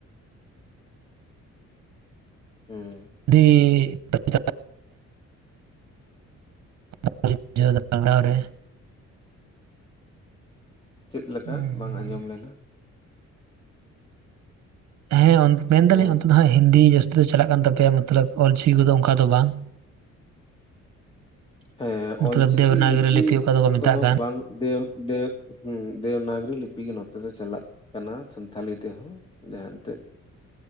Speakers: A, on the left; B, on the right.
A: ᱦᱚᱸ
B: ᱟᱹᱰᱤ <unintelligible> <unintelligible> ᱨᱮ
A: ᱪᱮᱫ ᱞᱮᱠᱟ
B: ᱦᱩᱸ
A: ᱵᱟᱝ ᱟᱸᱡᱚᱢ ᱞᱮᱱᱟ
B: ᱦᱮᱸ ᱚᱱ ᱢᱮᱱ
A: ᱦᱮᱞᱳ
B: ᱫᱟᱹᱞᱤᱧ ᱚᱱᱛᱮ ᱫᱚ ᱦᱟᱸᱜ ᱦᱤᱱᱫᱤ ᱡᱟᱹᱥᱛᱤ ᱫᱚ ᱪᱟᱞᱟᱜ ᱠᱟᱱ ᱛᱟᱯᱮᱭᱟ ᱢᱚᱛᱞᱚᱵ ᱚᱞᱪᱤᱠᱤ ᱠᱚᱫᱚ ᱚᱱᱠᱟ ᱫᱚ ᱵᱟᱝ
A: ᱦᱮᱸ
B: ᱢᱚᱛᱞᱚᱵ
A: ᱚᱞᱪᱤᱠᱤ
B: ᱫᱮᱵᱽᱱᱟᱜᱚᱨᱤ
A: ᱞᱤᱯᱤ
B: ᱚᱠᱟ ᱫᱚᱠᱚ ᱢᱮᱛᱟᱜ
A: ᱫᱚ
B: ᱠᱟᱱ
A: ᱵᱟᱝ ᱫᱮᱣ ᱫᱮᱣ ᱦᱩᱸ ᱫᱮᱣᱱᱟᱜᱽᱨᱤ ᱞᱤᱯᱤ ᱜᱮ ᱱᱚᱛᱮ ᱫᱚ ᱪᱟᱞᱟᱜ ᱠᱟᱱᱟ ᱥᱟᱱᱛᱷᱟᱞᱤ ᱛᱮᱦᱚᱸ ᱡᱟᱦᱟᱸ ᱮᱱᱛᱮᱜ